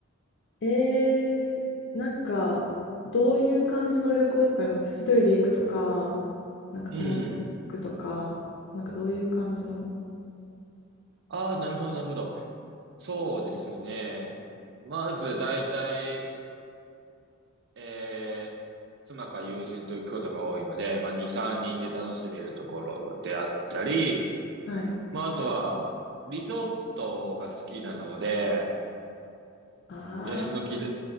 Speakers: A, on the left (about 55°); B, on the right (about 55°).
A: えー、なんか、どういう感じの旅行とかあります一人で行くとか、なんか友達と行くとか、
B: うん。
A: なんかどういう感じの。
B: ああ、なるほど、なるほど。そうですね。まず大体、えー妻か友人と行くことが多いので、まあ、2、3人で楽しめるところであったり、
A: はい。
B: まあ、あとは、リゾートが好きなので、
A: あ
B: ヤシの木で、